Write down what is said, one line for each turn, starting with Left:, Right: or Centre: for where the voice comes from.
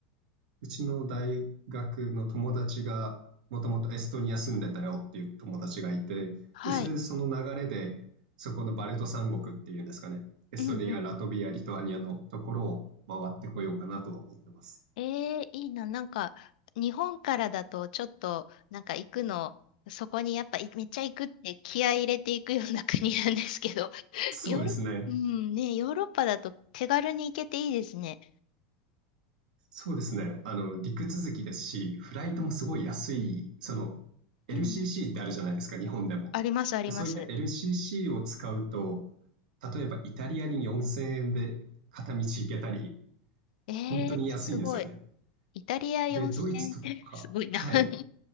Right: うちの大学の友達が、もともとエストニア住んでたよっていう友達がいて、
Left: はい。
Right: で、それでその流れで、そこのバルト三国っていうんですかね、エストニア、
Left: うんうん。
Right: ラトビア、リトアニアのところを回ってこようかなとは思ってます。
Left: えー、いいな。なんか、日本からだと、ちょっと、なんか行くの、そこにやっぱ、いめっちゃ行くって気合い入れていくような国なんですけど、<laughs>
Right: そうですね。
Left: ヨーロッ、うん、ね、ヨーロッパだと手軽に行けていいですね。
Right: そうですね。あの、陸続きですし、フライトもすごい安い、
Left: うん
Right: その、LCC
Left: うんうん
Right: ってあるじゃないですか、日本でも。
Left: あります、あります。
Right: で、そういった LCC を使うと、例えばイタリアに4000円で片道行けたり、
Left: えー、
Right: 本当に安いんですよね。
Left: すごい。イタリア4000円って
Right: で、ドイツとか、
Left: <laughs> すごいな
Right: はい。
Left: <laughs>